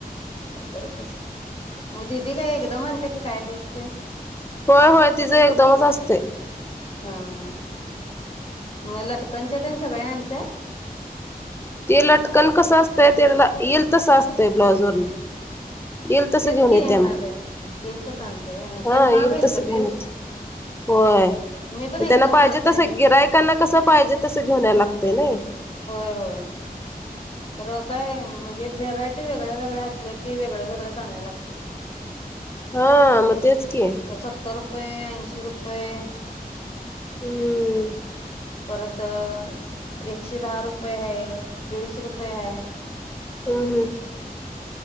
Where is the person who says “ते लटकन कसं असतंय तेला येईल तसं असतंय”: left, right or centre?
Left